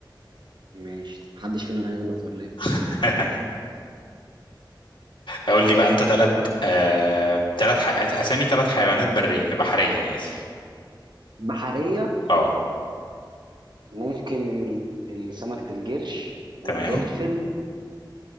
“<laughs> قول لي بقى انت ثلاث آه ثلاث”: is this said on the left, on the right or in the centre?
Left